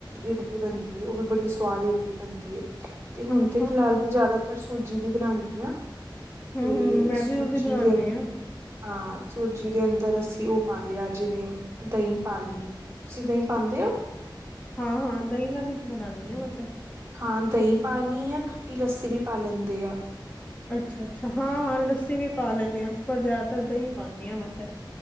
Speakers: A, on the right; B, on the left.
A: ਇਡਲੀ ਬਣਦੀ ਉਹ ਵੀ ਬੜੀ ਸਵਾਦ ਇਡਲੀ ਬਣਦੀ ਏ। ਤੇ ਹੁਣ
B: ਅੱਛਾ,
A: ਤੇ ਫਿਲਹਾਲ ਮੈਂ ਜ਼ਿਆਦਾਤਰ ਸੂ ਜੀ ਬਣਾਣੀ ਆ
B: ਹੂੰ-ਹੂੰ
A: ਤੇ
B: ਮੈਂ
A: ਸੂਜੀ
B: ਵੀ ਉਹਦੀ ਬਣਾਨੀ
A: ਦੇ ਅੰਦਰ
B: ਆ।
A: ਹਾਂ ਸੂਜੀ ਦੇ ਅੰਦਰ ਅਸੀਂ ਉਹ ਪਾ ਲਿਆ ਜਿਵੇਂ ਦਹੀਂ ਪਾ ਲਈ ਤੁਸੀ ਦਹੀ ਪਾਂਦੇ ਓ।
B: ਹਾਂ ਹਾਂ ਦਹੀਂ ਨਾਲ ਹੀ ਬਣਾਉਂਦੇ ਪਤਾ
A: ਹਾਂ ਦਹੀਂ ਪਾ ਲਈ ਆ ਖੱਟੀ ਲੱਸੀ ਵੀ ਪਾ ਲੈਦੇ ਆ।
B: ਅਛਾ- ਅਛਾ ਹਾਂ- ਹਾਂ ਲੱਸੀ ਵੀ ਪਾ ਲੈਂਣੇ ਹਾਂ ਪਰ ਜ਼ਿਆਦਾਤਰ ਦਹੀ ਪਾਣੀ ਹਾਂ ਮੈ ਤੇ